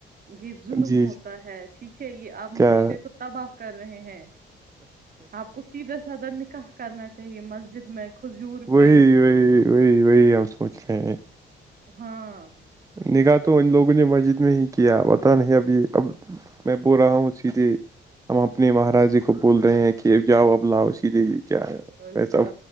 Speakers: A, on the right; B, on the right.
A: یہ ظلم
B: جی
A: ہوتا ہے ٹھیک ہے یہ آپ
B: کیا
A: معاشرے کو تباہ کر رہے ہیں آپ کو سیدھا سادا نکاح کرنا چاہیے مسجد میں کھجور
B: وہی
A: پہ
B: وہی وہی وہی ہم سوچ رہے ہیں
A: ہاں
B: نکاح تو ان لوگوں نے مسجد میں ہی کیا پتا نہیں ابھی اب میں بول رہا ہوں اسی سے ہم اپنے مہاراجی کو بول رہے ہیں کہ جاؤ اب لاؤ سیدھے کیا ہے
A: اچھا
B: ایسا